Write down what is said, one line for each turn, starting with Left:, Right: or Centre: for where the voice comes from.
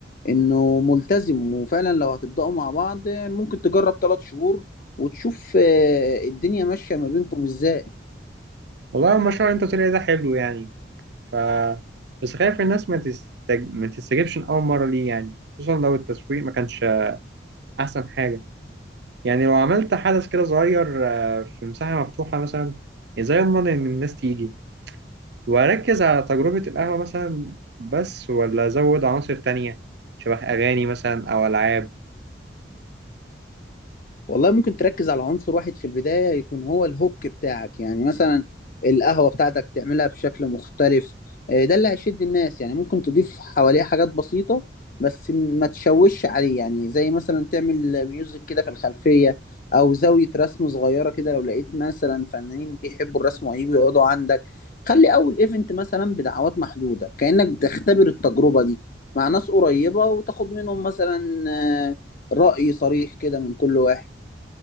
Left: انه ملتزم وفعلا لو هتبدأوا مع بعض ممكن تجرب ثلاث شهور وتشوف آه، الدنيا ماشية ما بينكم ازاي
Right: والله المشروع اللي انت قلت لي ده حلو يعني ف بس خايف الناس ما تستج... ما تستجبش من اول مره ليه يعني خصوصا لو التسويق ما كانش احسن حاجه يعني لو عملت حدث كده صغير آه، في مساحه مفتوحه مثلا ازاي اضمن ان الناس تيجي واركز على تجربه القهوه مثلا بس ولا ازود عناصر تانية شبه اغاني مثلا او العاب
Left: والله ممكن تركز على عنصر واحد في البداية يكون هو الهوك بتاعك يعني مثلا القهوة بتاعتك تعملها بشكل مختلف آه، ده اللي هيشد الناس يعني ممكن تضيف حواليه حاجات بسيطة بس ما تشوش عليه يعني زي مثلا تعمل ميوزك كده في الخلفية أو زاوية رسم صغيرة كده لو لقيت مثلا فنانين بيحبوا الرسم وهيجوا يقعدوا عندك خلي أول إيفنت مثلا بدعوات محدودة كأنك بتختبر التجربة دي مع ناس قريبة وتاخد منهم مثلا آه، رأي صريح كده من كل واحد